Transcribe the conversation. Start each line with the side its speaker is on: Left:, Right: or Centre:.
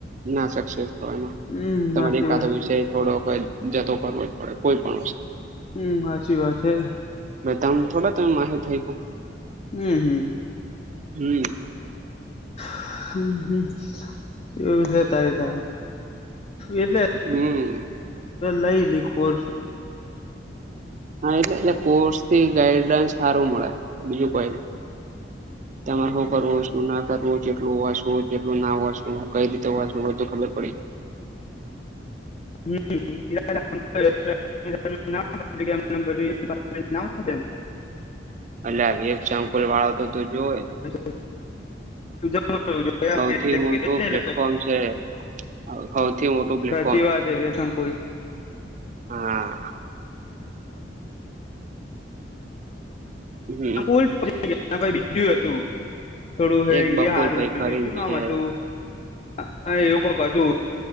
Right: ના શકશો પણ
Left: હમ
Right: તમારી
Left: હાચી
Right: એકાતો
Left: વાત
Right: વિષય. થોડો કજ જતો કરવો જ પડે કોઈ પણ વસ્તુ
Left: હમ સાચી વાત હૈ.
Right: ભઈ તમ થોડા તમ માથે થઈ ગયા.
Left: હમ હમ.
Right: હમ.
Left: હ એવ વિષ તારી ત. એટલે
Right: હમ
Left: લઈ લી ખ <inaudible>
Right: હા એટલે એલે કોર્સ થી ગાઈડલાઈ સારું મળે બીજું કોઈ તમારે શું કરવું શું ના તમે કેટલું વાંચવુ કેટલું ના વાંચવુ કંઈ રીતે વાંચવુ બધું ખબર પડે.
Left: હમ એ <inaudible> <unintelligible> <inaudible>
Right: અલ્યા આવી એક ઈગજાપલ વાળા તો તો જોવે.
Left: <unintelligible> <inaudible>
Right: સૌથી મોટું પ્લેટફોર્મ છે, હૌથી મોટો પ્લેટ.
Left: છી વાત છે, વથંકુલ
Right: હા હમ
Left: <inaudible> <unintelligible> <inaudible> <inaudible> બીડું હતું, થોડું હે
Right: એક
Left: હિ
Right: બકુલ
Left: હારું
Right: ભાઈ
Left: જુજું
Right: કરીને
Left: નામ
Right: છે.
Left: હતું તું એવું કોક હતું